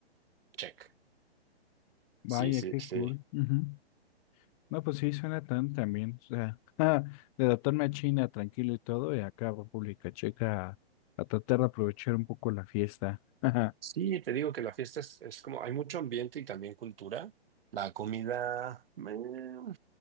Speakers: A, on the right; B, on the left.
A: check.
B: Vaya,
A: Sí, sí,
B: qué
A: sí.
B: cool. Ujú. No, pues sí, suena tan también. O sea, <laughs> de adaptarme a China tranquilo y todo, y acá a República Checa a, a tratar de aprovechar un poco la fiesta. <laughs>
A: Sí, te digo que la fiesta es, es como, hay mucho ambiente y también cultura. La comida, mm,